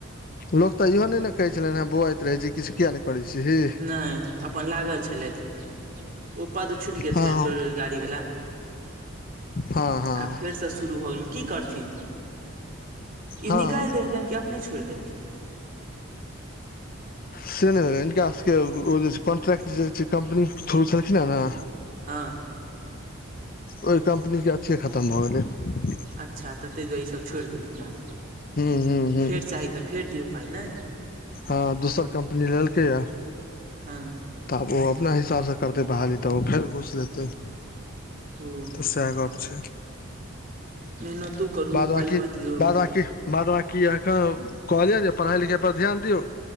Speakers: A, on the left (about 40°); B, on the right (about 40°).
A: लोक तऽ इहो नहि ने कहै छलनि हे बौआइत रहे छै किछु किया नहि करै छै ही
B: नहि अपन लागल छलथि ओ पाद छुटी गेल
A: हँ
B: छलनि बेरोजगाड़ी वाला
A: हँ हँ
B: आब फेरसँ शुरू हो गेल की करथिन ई
A: हँ
B: निकैल देलकैन कि अपने छोड़ि देलखिन
A: से नहि भेल हिनका सबके ओ जे कॉन्ट्रैक्ट जे होइछै कम्पनी के थ्रू छलखिन ह ने
B: हँ
A: ओहि कम्पनी के अथिये खतम भऽ गेलै
B: अच्छा तऽ ताहि दुआरे ईसभ छोड़ि देलखिन आँ
A: हूँ हूँ हूँ
B: फेर चाही तऽ फेर दियौ पाइ नहि
A: हँ दोसर कम्पनी लेलकैए
B: हँ
A: तब आब ओ अपना हिसाबसँ करतै बहाली तऽ ओ फेर घुस लेतै
B: ओ
A: तऽ सएह गप छै
B: मेहनतो करू
A: बाद बकी
B: पाइयो दियौ
A: बाद बकी बाद बकी अहाँके कहलियनि जे पढ़ाई लिखाई पर ध्यान दियऔ